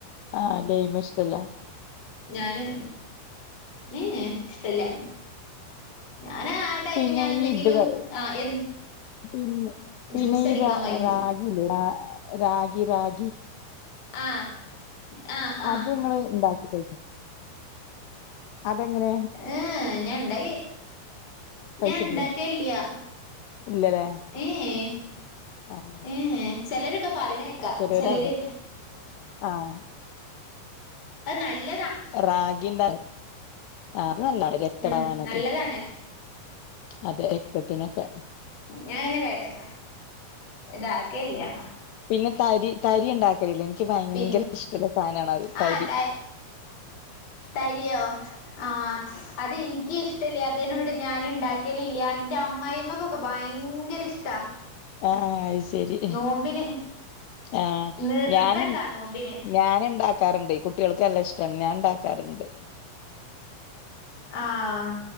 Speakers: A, on the left; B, on the left.
A: ആഹ് ലൈം ഇഷ്ട ഇല്ലാ
B: ഞാന് ഏഹ് എഹ് ഞാനാ ടൈമി
A: പിന്നെ
B: ഞാനെന്തെങ്കിലും
A: ഈ ഇത് ക-
B: ആ എ
A: പിന്നെ പിന്നെ
B: ജ്യൂസ്
A: ഈ
B: അടിക്കാൻ
A: രാ
B: വാങ്ങിക്കും
A: റാഗി ഇല്ലെ റാ റാഗി റാഗി
B: ആഹ് ആഹ് ആഹ്
A: അത് ഇങ്ങെൾ ഇണ്ടാക്കി കഴിക്കോ? അത് എങ്ങനെ?
B: ഏഹ് ഏഹ് ഞാൻ ഇണ്ടാക്കി കഴി
A: കഴിച്ചിട്ടില്ലേ
B: ഞാ ഇണ്ടാകെൽ ഇല്ല്യാ
A: ഇല്ലല്ലേ
B: ഏഹ് എഹ്
A: ആഹ്
B: ഏഹ് ഏഹ് ചെലെര് ഒക്കെ പറിണെക്കാ
A: ചെലോര്
B: ചെലെര്
A: അത് ആഹ്
B: അഹ് നല്ല
A: റാഗി ഇണ്ടാക്കാ ആഹ് അത് നല്ലാണ് രക്തം
B: ഉം
A: ഇണ്ടാവനൊക്കെ
B: നല്ലതാണ്
A: അതെ രക്തത്തിനൊക്കെ
B: ഞാ അങ്ങനെ ഇത് ഇതാക്കെ ഇല്ലാ
A: പിന്നെ തരി തരി ഇണ്ടാക്കെൽ ഇല്ലെ ഇൻക്ക് ഭയങ്കര
B: പിന്നെ
A: ഇഷ്ടള്ള സാനാണ് അഹ്
B: ആഹ്
A: തരി
B: ത തരിയോ? ആഹ് അത് ഇൻക്ക് ഇഷ്ടല്ല്യാ ത്തെയ്നോട് ഞാൻ ഇണ്ടാക്കെൽ ഇല്ല്യാ ഇന്റെ അമ്മായി അമ്മക്കൊക്കെ ഭയങ്കര ഇഷ്ടാ
A: ഏഹ് അഹ് ശെ ശരി
B: നോമ്പിന്
A: ആഹ്
B: നിർബന്ധാ
A: ഞാൻ ഇൺ
B: നോമ്പിന്
A: ഞാൻ ഇണ്ടാക്കെ ക്കാർ ഇണ്ട് കുട്ടിയാൾക്ക് നല്ല ഇഷ്ടാണ് ഞാ ഇണ്ടാക്കാറ് ഇണ്ട്
B: ആഹ്